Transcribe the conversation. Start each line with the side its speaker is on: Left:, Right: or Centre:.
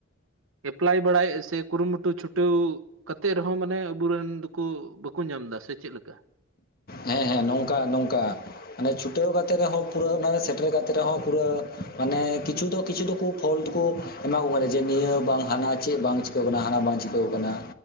Right: ᱮᱯᱞᱟᱭ ᱵᱟᱲᱟᱭᱮᱜ ᱥᱮ ᱠᱩᱨᱩᱢᱩᱴᱩ ᱪᱷᱩᱴᱟᱹᱣ- ᱠᱟᱛᱮᱜ ᱨᱮᱦᱚᱸ ᱢᱟᱱᱮ ᱟᱵᱩ ᱨᱮᱱ ᱫᱩᱠᱩ ᱵᱟᱹᱠᱩ ᱧᱟᱢ ᱫᱟ ᱥᱮ ᱪᱮᱜ ᱞᱮᱠᱟ᱾
Left: ᱦᱮᱸ ᱦᱮᱸ ᱱᱚᱝᱠᱟ ᱱᱚᱝᱠᱟ᱾ ᱢᱟᱱᱮ ᱪᱷᱩᱴᱟᱹᱣ ᱠᱟᱛᱮᱜ ᱨᱮᱦᱚᱸ ᱯᱩᱨᱟᱹ ᱚᱱᱟ ᱥᱮᱴᱮᱨ ᱠᱟᱛᱮᱜ ᱨᱮᱦᱚᱸ ᱯᱩᱨᱟᱹ ᱢᱟᱱᱮ ᱠᱤᱪᱷᱩ ᱫᱚ ᱠᱤᱪᱷᱩ ᱫᱚᱠᱩ- ᱯᱷᱚᱞᱰ ᱫᱚᱠᱩ ᱮᱢᱟ ᱠᱚ <unintelligible> ᱠᱚ ᱜᱮᱭᱟ ᱡᱮ ᱱᱤᱭᱟᱹ ᱵᱟᱝ ᱦᱟᱱᱟ ᱪᱮᱫ ᱵᱟᱝ ᱪᱤᱠᱟᱹᱣ ᱠᱟᱱᱟ ᱦᱟᱱᱟ ᱵᱟᱝ ᱪᱤᱠᱟᱹᱣ ᱠᱟᱱᱟ᱾